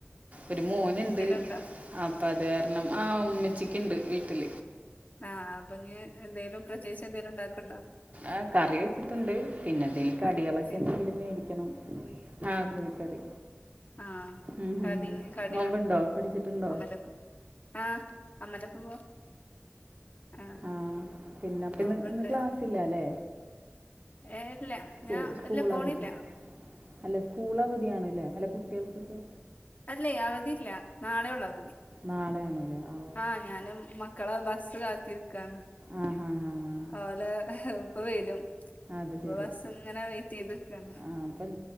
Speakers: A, on the right; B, on the left.
A: ഒരു മോനുണ്ട്
B: ഉണ്ടോ
A: അപ്പം അത് കാരണം ആ ഉമ്മച്ചിക്കുണ്ട് വീട്ടിൽ
B: ആഹ് അപ്പൊ ഇനി എന്തേങ്കലും പ്രതേകിച്ചു എന്തേലും ഉണ്ടാക്കണണ്ടോ
A: ആ് കറി വെച്ചിട്ടുണ്ട് പിന്നെ എന്തെലും കടികളൊക്കെ
B: ആ ചി
A: എന്തെങ്കിലും ഇനി മേടിക്കണം കോഴിക്കറി
B: ആഹ
A: ഉം
B: കടി
A: ഉം ഉം.
B: കടിയാണ്
A: നോമ്പുണ്ടോ പിടിച്ചിട്ടുണ്ടോ
B: അമലപ്പ ആഹ അമലപ്പ പോ ആ
A: ആഹ പിന്നെ പിന്ന
B: നോമ്പ്ണ്ട്
A: ഇന്ന് ക്ലാസ്സ് ഇല്ലല്ലേ
B: ഏ ഇല്ല
A: സ്‌കൂ
B: ഞാൻ
A: സ്കൂൾ
B: ഇല്ല പോണില്ല
A: അവധി അല്ല സ്കൂൾ അവധിയാണല്ലേ അല്ല കുട്ടികൾക്കൊക്കെ
B: അല്ലെ അവധി ഇല്ല നാളെയെ ഉള്ളൂ അവധി
A: നാളെയാണല്ലേ ആ
B: ആഹ ഞാനും മക്കളെ ബസ് കാത്തിരിക്കയാണ്
A: ആ ഹാ ഹാ ഹാ
B: ഓലെ ഇപ്പൊ വരും ഇപ്പൊ
A: അത് ശരി
B: ബസ് ഇങ്ങനെ വെയിറ്റ് ചെയ്ത്ക്കാണ്
A: ആ അപ്പം